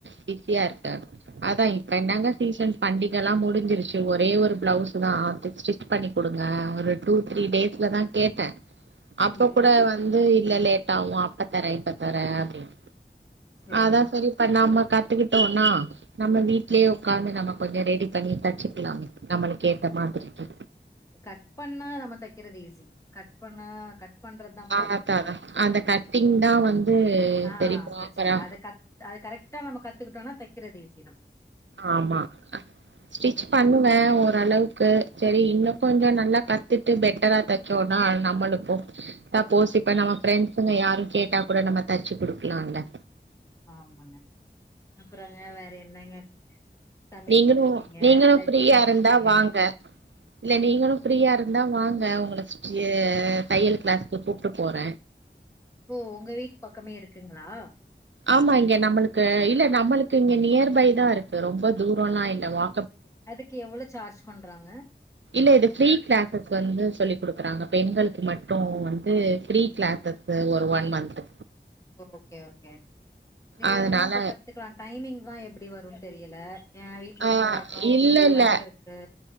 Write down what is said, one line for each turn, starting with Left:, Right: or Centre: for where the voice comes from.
Right: பிஸியா இருக்காரு அதா இப்ப என்னங்க சீசன் பண்டிகலா முடிஞ்சிருச்சு ஒரே ஒரு பிளவுஸ் தா ஸ்டிச் பண்ணி குடுங்க ஒரு டூ த்ரீ டேஸ்ல தா கேட்டே அப்ப
Left: ம்
Right: கூட வந்து இல்ல லேட்டாகும் அப்ப தர இப்ப தர அப்படின்னு
Left: சேரி
Right: அதா செரி இப்ப நாம்ம கத்துக்கிட்டோனா நம்ம வீட்லேயே உக்காந்து நம்ம கொஞ்ச ரெடி பண்ணி தச்சுக்கலாமே நம்மளுக்கு ஏத்த மாதிரிக்கு
Left: கட் பண்ணா நம்ம தெக்கிறது ஈஸி கட் பண்ணா கட் பண்றதுதா ப்ராப்ளம்
Right: அதாதா அந்த கட்டிங் தா வந்து
Left: ஆ
Right: சரி ப்ராப்பரா
Left: பிரச்சன அது கத் அது கரெக்டா நம்ம கத்துக்கிட்டோனா தெக்கிறது ஈசிதா
Right: ஆமா ஸ்டிச் பண்ணுவே ஓரளவுக்கு செரி இன்னொ கொஞ்ச நல்லா கத்து ட்டு பெட்டரா தச்சோனா நம்மளுக்கும் சப்போஸ் இப்ப நம்ம ப்ரண்ட்ஸுங்க யாரு கேட்டா கூட நம்ம தச்சு குடுக்கலால
Left: ஆமாங்க அப்பறங்க வேற என்னங்க சமையல்
Right: நீங்களும்
Left: முடிச்சுட்டீங்க
Right: நீங்களு
Left: தச்சு
Right: ஃப்ரீயா
Left: முடிச்சுட்டீங்க
Right: இருந்தா வாங்க இல்ல நீங்களு ஃப்ரீயா இருந்தா வாங்க உங்கள எ தையல் கிளாசுக்கு கூட்டு போற
Left: ஓ உங்க வீட்டு பக்கமே இருக்குங்களா
Right: ஆமா இங்க நம்மளுக்கு இல்ல நம்மளுக்கு இங்க நியர் பை தா இருக்கு ரொம்ப தூரல்லா இல்ல வா
Left: அதுக்கு எவ்ளோ சார்ஜ் பண்றாங்க
Right: இல்ல இது ஃப்ரீ கிளாஸஸ் வந்து சொல்லி் குடுக்குறாங்க பெண்களுக்கு மட்டும் வந்து ஃப்ரீ கிளாஸஸ் ஒரு ஒன் மந்த்
Left: ஓகே ஓகே நீ
Right: அதனால
Left: ஆனா இப்ப கத்துக்கலா டைமிங் தா எப்பிடி வருனு தெரியல ஏ வீட்டுல
Right: ஆ
Left: இருந்து வரணும்
Right: இல்ல
Left: வீட்டுல
Right: இல்ல
Left: ஒர்க் இருக்கு